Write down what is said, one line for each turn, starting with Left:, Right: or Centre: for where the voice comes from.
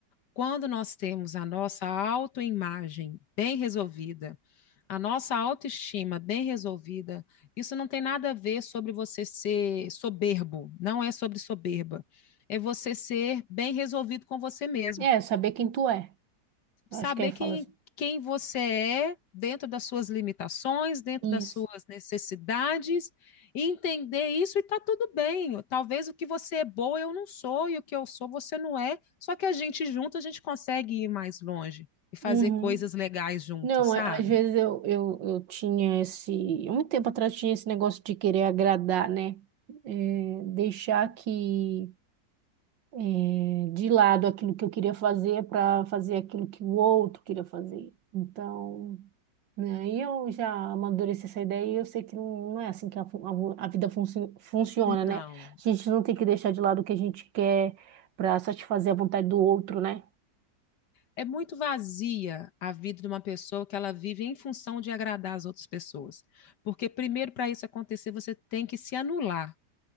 Left: Quando nós temos a nossa autoimagem bem resolvida, a nossa autoestima bem resolvida, isso não tem nada a ver sobre você ser soberbo, não é sobre soberba. É você ser bem resolvido com você mesmo.
Right: É, saber quem tu é. Acho
Left: saber
Right: que aí fala
Left: quem,
Right: assim.
Left: quem você é dentro das suas limitações, dentro
Right: Isso.
Left: das suas necessidades, entender isso e tá tudo bem. Talvez o que você é boa eu não sou e o que eu sou você não é, só que a gente junto a gente consegue ir mais longe e fazer
Right: Uhum.
Left: coisas legais juntos,
Right: Não,
Left: sabe?
Right: é- às vezes eu, eu, eu tinha esse. Há muito tempo atrás tinha esse negócio de querer agradar, né? É, deixar que é, de lado aquilo que eu queria fazer para fazer aquilo que o outro queria fazer. Então, né, aí eu já amadureci essa ideia e eu sei que não, não é assim que a, fu- a vo- a vida funci- funciona, né?
Left: Não.
Right: A gente não tem que deixar de lado o que a gente quer para satisfazer a vontade do outro, né?
Left: É muito vazia a vida de uma pessoa que ela vive em função de agradar as outras pessoas. Porque primeiro para isso acontecer, você tem que se anular.